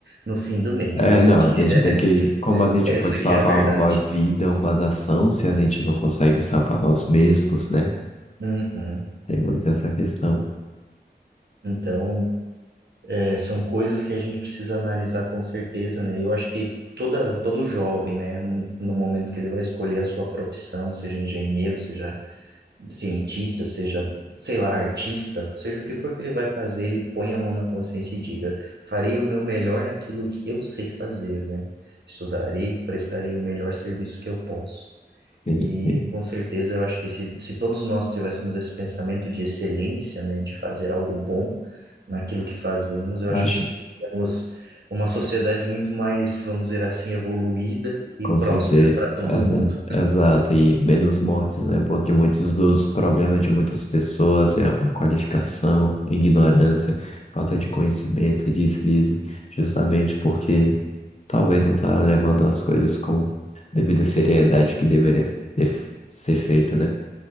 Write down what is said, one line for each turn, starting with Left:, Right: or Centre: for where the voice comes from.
Right: no fim do mês.
Left: É,
Right: Essa
Left: não,
Right: que
Left: a gente
Right: é,
Left: tem que. Como a gente
Right: <laughs>
Left: pode
Right: essa
Left: salvar
Right: que é a verdade.
Left: uma vida, uma nação, se a gente não consegue salvar nós mesmos, né?
Right: Uhum.
Left: Tem muito essa questão.
Right: Então, É, são coisas que a gente precisa analisar com certeza, né? E eu acho que toda, todo jovem, né, no momento que ele vai escolher a sua profissão, seja engenheiro, seja cientista, seja, sei lá, artista, seja o que for que ele vai fazer, ele põe a mão na consciência e diga: farei o meu melhor naquilo que eu sei fazer, né? Estudarei, prestarei o melhor serviço que eu posso.
Left: Sim,
Right: E
Left: sim.
Right: com certeza eu acho que se, se todos nós tivéssemos esse pensamento de excelência, né, de fazer algo bom naquilo que fazemos, eu
Left: Acho.
Right: acho que teríamos uma sociedade muito mais, vamos dizer assim, evoluída e
Left: Com
Right: próspera
Left: certeza,
Right: para todo
Left: exato,
Right: mundo.
Left: exato, e menos mortes, né? Porque muitos dos problemas de muitas pessoas é a má qualificação, ignorância, falta de conhecimento, é deslize, justamente porque talvez não está levando as coisas com devida seriedade que deveria ter- ser feita, né?